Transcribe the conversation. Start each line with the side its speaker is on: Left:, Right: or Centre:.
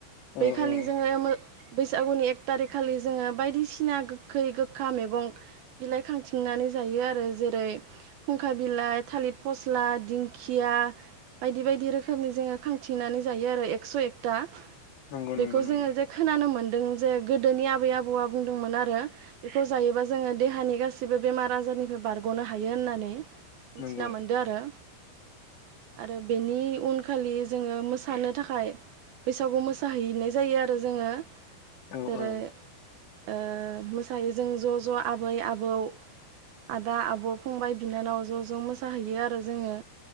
Left: औ
Right: बैखालि
Left: औ
Right: जोङो मो बैसागुनि एक थारिखखालि जोङो बायदिसिना गोखै गोखा मैगं बिलाइ खांथिंनानै जायो आरो जेरै फुंखा बिलाइ, थालिर फस्ला, दिंखिया बायदि बायदि रोखोमनि जोङो खांथिंनानै जायो आरो एकस' एकथा।
Left: नंगौ
Right: बेखौ
Left: नंगौ नंगौ
Right: जोङो जे खोनानो मोन दों जे गोदोनि आबै आबौआ बुंदोंमोन आरो बेखौ जायोबा जोङो देहानि गासिबो बेमार आजारनिफ्राय बारग'नो हायो होननानै मिथिना
Left: नंगौ
Right: मोनदो आरो आरो बेनि उन खालि जोङो मोसानो थाखाय बैसागु मोसा जाहैैनाय जायो आरो जोङो।
Left: औ
Right: जेरै
Left: औ
Right: ओ मोसायो जों ज' ज' आबै आबौ आदा आब' फंबाय बिनानाव ज' ज' मोसाहैयो आरो जोङो।